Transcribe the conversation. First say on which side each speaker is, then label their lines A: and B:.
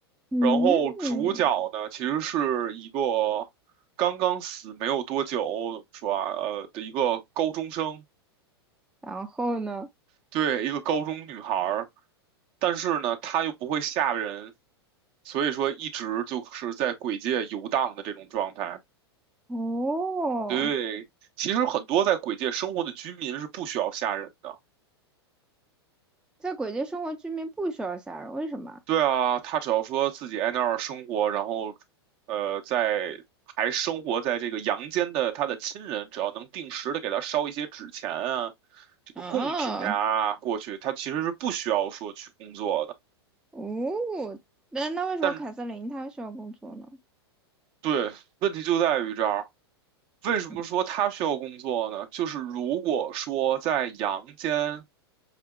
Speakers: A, in the centre; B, on the right.
A: 嗯，
B: 然后主角呢，其实是一个刚刚死没有多久，说啊呃，的一个高中生。
A: 然后呢？
B: 对，一个高中女孩儿，但是呢，她又不会吓人，所以说一直就是在鬼界游荡的这种状态。
A: 哦，
B: 对，其实很多在鬼界生活的居民是不需要吓人的。
A: 在鬼街生活，居民不需要杀人，为什么啊？
B: 对啊，他只要说自己在那儿生活，然后，呃，在还生活在这个阳间的他的亲人，只要能定时的给他烧一些纸钱啊，这个贡品呀过去，
A: 啊
B: 他其实是不需要说去工作的。
A: 哦，那那为什么凯瑟琳她需要工作呢？
B: 但对，问题就在于这儿。为什么说他需要工作呢？
A: 嗯，
B: 就是如果说在阳间